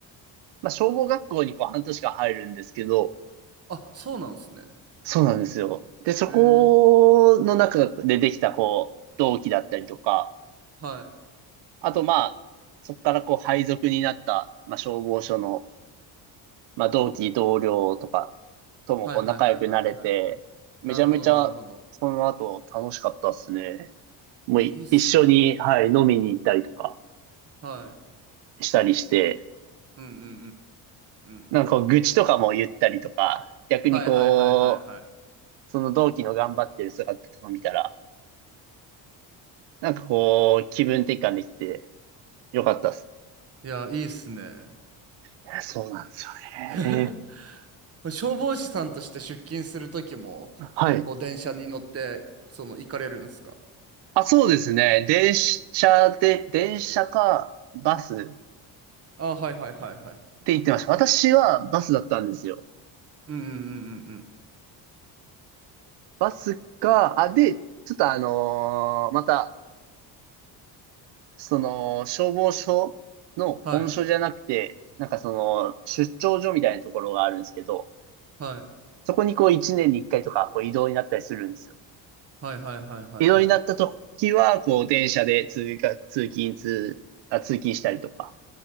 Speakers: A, on the right; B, on the right.
A: まあ、消防学校にこう半年間入るんですけど、
B: あ、そうなんですね。
A: そうなんですよ。で、そこの中でできたこう、
B: えー、
A: 同期だったりとか、
B: はい。
A: あとまあ、そこからこう配属になった、まあ、消防署の、まあ、同期同僚とかともこう仲良くなれて、
B: はいはいはいはいはい。
A: めちゃめちゃその後楽しかったっすね。
B: なるほどなるほど。
A: もうい一緒に、
B: いや、いいっすね。
A: はい、飲みに行ったりとか
B: はい。うん
A: したりして、
B: うんうんうんうんうんうん。
A: なんかこう愚痴とかも言ったりとか、逆にこ
B: はいはいはいはいは
A: う、その同期の頑張ってる姿とか見たら、なんかこう、気分転換できてよかったっす
B: い。いや、いいっすね。
A: ね。そうなんですよ
B: <laughs>
A: ね。
B: 消防士さんとして出勤するときも、
A: えーはい。
B: こう電車に乗って、その行かれるんですか
A: あ、そうですね。電車で、電車かバスっ
B: あ、はいはいはいいはい。
A: て言ってました。私はバスだったんですよ。
B: うんうんうんうんうん。
A: バスか、あ、で、ちょっとあのーまた、その、消防署の本署じゃなくて、
B: はい。
A: なんかその、出張所みたいなところがあるんですけど、
B: はい。
A: そこにこう一年に一回とかこう移動になったりするんですよ。
B: はいはいはいはいはい。
A: 移動になった時は、こう、電車で通学、通勤、通、あ、通勤したりとか